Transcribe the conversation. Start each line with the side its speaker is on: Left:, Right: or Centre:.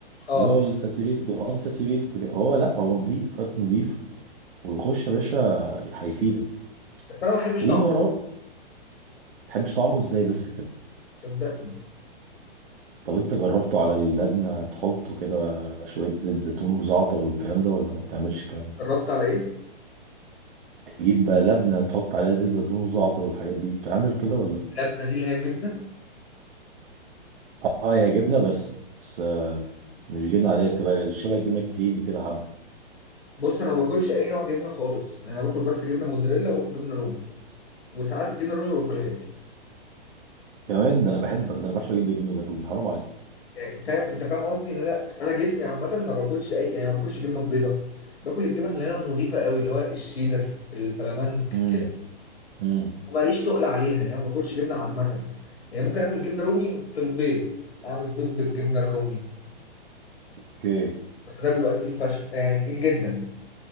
Left: اه
Right: اللي هو الساتيوريتد وان ساتيوريتد وكده. هو لأ هو نضيف فات نضيف ويخش يا باشا هيفيدك
Left: بس انا ما بحبش
Right: ووراه
Left: طعمها
Right: متحبش طعمه إزاي بس كده
Left: صدقني
Right: طب انت جربته على اللبنة تحطه كده شوية زيت زيتون وزعتر والكلام ده ولا ما بتعملش الكلام ده
Left: جربت على ايه
Right: تجيب بقى لبنة تحط عليها زيت زيتون وزعتر والحاجات دي بتعمل كده ولا
Left: اللبنه دي اللي هي الجبنه
Right: اه هي جبنة بس بس آه، مش جبنة عادية بتبقى شبه الجبنة الكريمي كده حبة
Left: بص انا ما باكلش اي نوع جبنه خالص يعني انا باكل بس جبنه موتزاريلا وباكل جبنه رومي وساعات الجبنه الرومي ما باكلهاش
Right: كمان ده انا بحب ده انا بعشق جدا الجبنة الجاتوه حرام عليك
Left: يعني فاهم انت فاهم قصدي ان انا انا جسمي عامه ما باكلش اي يعني ما باكلش جبنه بيضه باكل الجبن اللي هي النظيفه قوي اللي هو الشيدر الفلامنك
Right: امم امم
Left: وماليش تقل عليها يعني ما باكلش جبنه عامه يعني ممكن اكل جبنه رومي في البيض اعمل بيض بالجبنه الرومي
Right: اوكي
Left: بس ده بيبقى تقيل فشخ يعني تقيل جدا